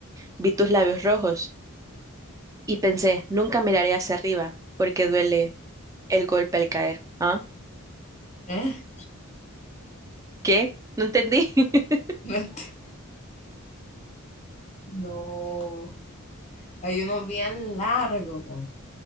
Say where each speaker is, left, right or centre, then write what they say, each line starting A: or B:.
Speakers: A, on the right (about 15°); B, on the left (about 30°).
A: Vi tus labios rojos y pensé, nunca miraré hacia arriba porque duele el golpe al caer. ¿Ah?
B: ¿Eh?
A: ¿Qué? No entendí. <laughs>
B: No. ent- No. Hay unos bien largo, con-